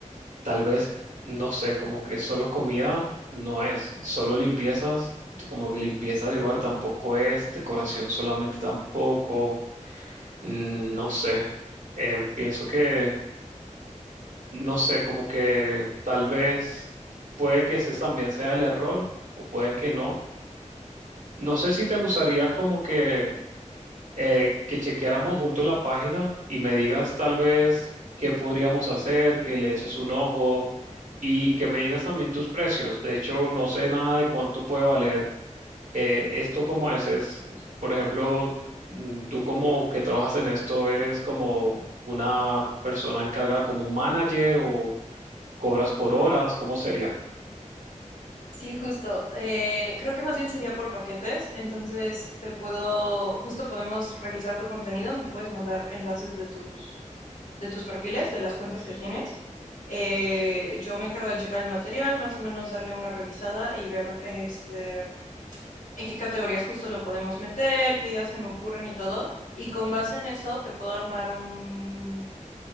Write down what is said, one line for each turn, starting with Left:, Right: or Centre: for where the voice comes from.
Right: tal vez, no sé, como que solo comida no es, solo limpiezas, como que limpieza de hogar tampoco es, decoración solamente tampoco. Mm, No sé, Em, pienso que, no sé, como que tal vez puede que ese también sea el error o puede que no. No sé si te gustaría como que, eh, que chequeáramos juntos la página y me digas tal vez qué podríamos hacer, que le eches un ojo y que me digas también tus precios. De hecho, no sé nada de cuánto puede valer eh, esto como es, es, por ejemplo, mm, tú como que trabajas en esto, eres como una persona encargada como un manager o cobras por horas, ¿cómo sería?
Left: Sí, justo. Eh, creo que más bien sería por paquetes. Entonces, te puedo, justo podemos revisar tu contenido. Me puedes mandar enlaces de tus, de tus perfiles, de las cuentas que tienes. Eh, yo me encargo de checar el material, más o menos darle una revisada y ver este, en qué categorías justo lo podemos meter, qué ideas se me ocurren y todo. Y con base en eso te puedo armar un